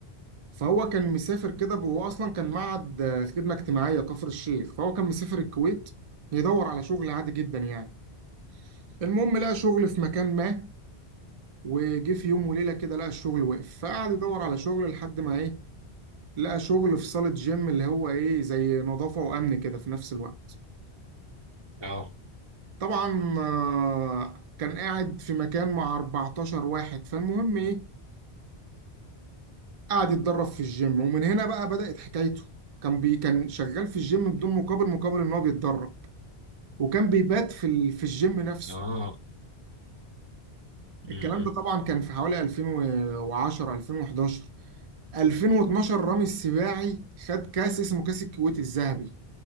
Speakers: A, on the right (about 55°); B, on the right (about 25°).
A: فهو كان مسافر كده ب- هو اصلا كان معهد خدمه اجتماعيه كفر الشيخ فهو كان مسافر الكويت يدور على شغل عادي جدا يعني المهم لقى شغل في مكان ما وجه في يوم وليله كده لقى الشغل وقف فقعد يدور على شغل لحد ما ايه لقى شغل في صاله جيم اللي هو ايه زي نظافه وامن كده في نفس الوقت
B: اه
A: طبعا آه، كان قاعد في مكان مع 14 واحد فالمهم ايه قعد يتدرب في الجيم ومن هنا بقى بدأت حكايته كان بي كان شغال في الجيم بدون مقابل مقابل ان هو بيتدرب وكان بيبات في ال... في الجيم نفسه
B: اه م-
A: الكلام ده طبعا كان في حوالي 2010 2011 2012 رامي السباعي خد كاس اسمه كاس الكويت الذهبي